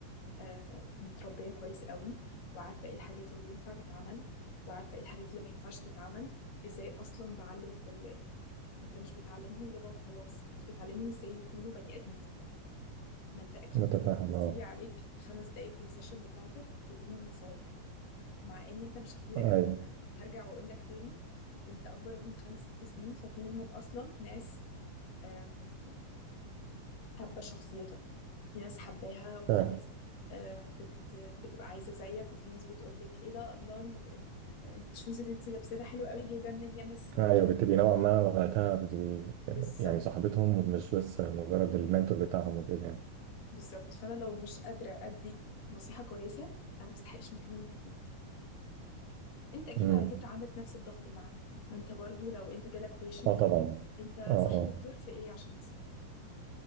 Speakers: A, on the left; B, on the right.
A: آه، متربية كويس قوي وعارفة إيه الحاجات اللي ينفع تتعمل وعارفة إيه الحاجات اللي ما ينفعش تتعمل إزاي أصلا بعلم الأولاد ما أنت مش بتعلمهم لغة وخلاص أنت بتعلمهم إزاي يكونوا بني آدمين ما أنت أكيد
B: متفاهم
A: بت... بتيجي
B: اه
A: عليك خمس دقايق في السيشن بتاعتك بتدي لهم نصايح مع إن أنت مش كبير
B: ايوه
A: قوي ما أنا هرجع وأقول لك تاني أنت أكبر منهم خمس ست سنين ففي منهم أصلا ناس آم، حابة شخصيتك في ناس حباها وفي
B: فاهم
A: ناس آه، بت بتبقى عايزة زيك وفي ناس بتقولك ايه ده الله ال- ال- الشوز اللي انتي لابساه ده حلو قوي جايباه منين يا مس
B: ايوه
A: مش عارفة.
B: بتبقي نوعا ما وقتها بتبقي
A: بالظبط
B: آه، يعني صاحبتهم مش بس مجرد المنتور بتاعهم وكده يعني
A: بالظبط فانا لو مش قادرة ادي نصيحة كويسة انا مستحقش المكان اللي انا فيه انت اكيد
B: امم
A: على فكرة عندك نفس الضغط اللي عندي ما انت برضو لو انت جالك بيشنت
B: اه طبعا
A: انت
B: اه اه
A: صح دكتور في ايه عشان نسيت